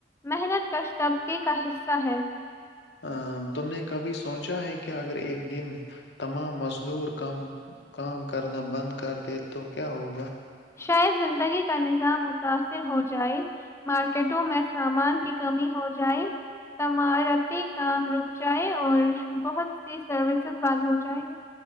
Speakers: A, on the left; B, on the left.
A: محنت کش طبقے کا حصہ ہے <unintelligible>
B: ا تم نے کبھی سوچا ہے کہ اگر ایک دن تمام م <unintelligible> ور کم کام کرنا بند کر دے تو کیا ہوگا <inaudible>
A: شاید زندگی کا نظام متاثر ہو جائے مارکیٹوں میں سامان کی کمی ہو جائے تمارتی کام رک جائے اور بہت سی سروسز بند ہو جائے <unintelligible>